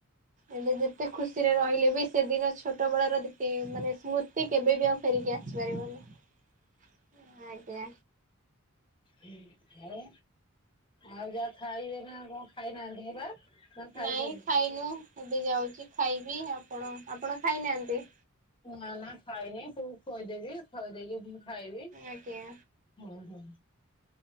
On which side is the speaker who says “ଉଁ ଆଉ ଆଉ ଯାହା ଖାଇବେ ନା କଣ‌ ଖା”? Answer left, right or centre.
Left